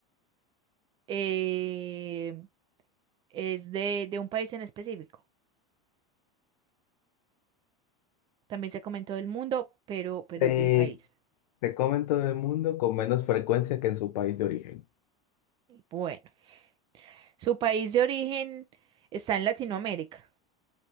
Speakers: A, on the right (about 25°); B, on the left (about 80°).
A: eh, es de, de un país en específico. También se comentó del mundo, pero, pero
B: Te,
A: es de un país.
B: te comen todo el mundo con menos frecuencia que en su país de origen.
A: Bueno, su país de origen está en Latinoamérica.